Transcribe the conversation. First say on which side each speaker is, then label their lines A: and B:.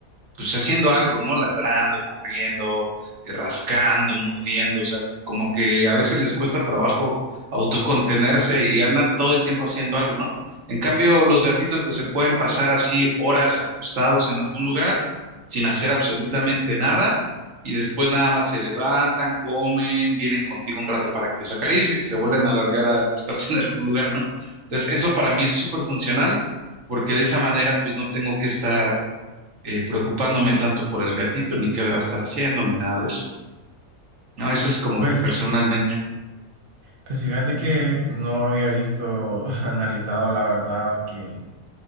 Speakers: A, on the right; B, on the right.
A: pues haciendo algo, ¿no? Ladrando, corriendo, eh, rascando, mordiendo, o sea, como que a veces les cuesta trabajo autocontenerse y andan todo el tiempo haciendo algo, ¿no? En cambio, los gatitos pues se pueden pasar así horas acostados en algún lugar sin hacer absolutamente nada y después nada más se levantan, comen, vienen contigo un rato para que los acaricies y se vuelven a alargar a acostarse <laughs> en algún lugar, ¿no? Entonces, eso para mí es súper funcional porque de esa manera pues no tengo que estar eh, preocupándome tanto por el gatito, ni qué va a estar haciendo, ni nada de eso. No, eso es como
B: Pues
A: Pues, personalmente.
B: Pues fíjate que no había visto, <laughs> analizado la verdad que,